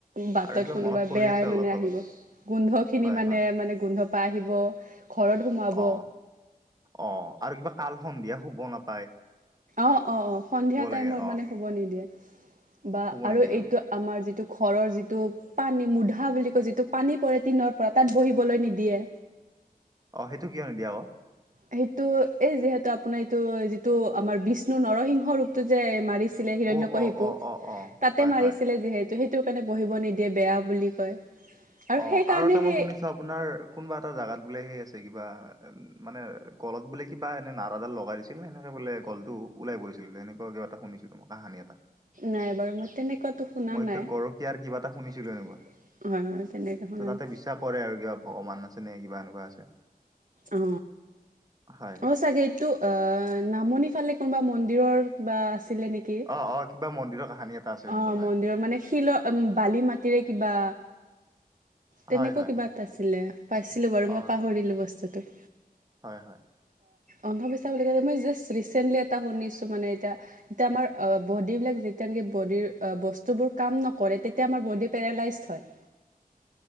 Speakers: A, on the right (about 50°); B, on the right (about 25°).
A: বাটত
B: আৰু কিবা
A: কোনোবা
B: মনত পৰি
A: বেয়াই
B: আছে
A: মানে
B: অলপ
A: আহিব।
B: অলপ
A: গোন্ধখিনি
B: হয়
A: মানে
B: হয়
A: মানে গোন্ধপাই আহিব ঘৰত সোমাব
B: অ অ আৰু কিবা কাল সন্ধিয়া শুব নাপ
A: অ অ অ সন্ধিয়া টাইমত
B: লাগে অ
A: মানে শুব নিদিয়ে। বা
B: শুব
A: আৰু
B: নিদিয়ে
A: এইটো
B: অ
A: আমাৰ যিটো ঘৰৰ যিটো পানী মুধা বুলি কয় যিটো পানী পৰে টিনৰ পৰা তাত বহিবলৈ নিদিয়ে।
B: অ সেইটো কিয় নিদিয়ে আকৌ।
A: সেইটো, এই যিহেতু আপোনাৰ এইটো যিটো, আমাৰ বিষ্ণু নৰসিংহ ৰূপটো যে মাৰিছে হিৰণ্য
B: অ
A: কশিপু,
B: অ অ অ অ
A: তাতে
B: হয়
A: মাৰিছিলে
B: হয়
A: যিহেতু, সেইটো কাৰণে বহিব নিদিয়ে বেয়া বুলি কয়।
B: অ,
A: সেইকাৰণে
B: আৰু এটা মই
A: সেই
B: শুনিছো আপোনাৰ কোনোবা এটা জাগাত বোলে সেই আছে কিবা মানে গলত বোলে কিবা এনে নাৰাডাল লগাই দিছিলে, এনেকে বোলে গলটো ওলাই পৰিছিল তেনেকুৱা কিবা এটা শুনিছিলো। কাহানি এটা,
A: নাই বাৰু মই তেনেকুৱাতো শুনা
B: মই
A: নাই
B: কিবা গৰখীয়াৰ কিবা এটা শুনিছিলো
A: শুনিছিলোঁ
B: এনেকুৱা।
A: আৰু। হয়, হয়। তেনেকে শুনা
B: ত' তাতে
A: নাই
B: বিশ্বাস কৰে আৰু কিবা ভগৱান আছে নে, কিবা এনেকুৱা আছে।
A: অ।
B: হয়
A: অ, চাগে এইটো অ, নামনি ফালে কোনোবা মন্দিৰৰ বা আছিলে নেকি?
B: অ, অ। কিবা মন্দিৰৰ কাহিনী এটা আছে এনেকুৱা
A: অ
B: হয়।
A: মন্দিৰৰ মানে শিলত বালি মাটিৰে কিবা তেনেকুৱা
B: হয় হয়
A: কিবা এটা আছিলে, পাইছিলোঁ বাৰু, মই
B: অ
A: পাহৰিলোঁ বস্তুটো।
B: হয়, হয়।
A: অন্ধবিশ্বাস বুলি কলে, মই জাষ্ট ৰিছেণ্টলি এটা শুনিছোঁ মানে এতিয়া, এতিয়া আমাৰ বডিবিলাক যেতিয়ানেকি বডিৰ বস্তুবোৰ কাম নকৰে, তেতিয়া আমাৰ বডি পেৰালাইজ হয়।
B: <inaudible>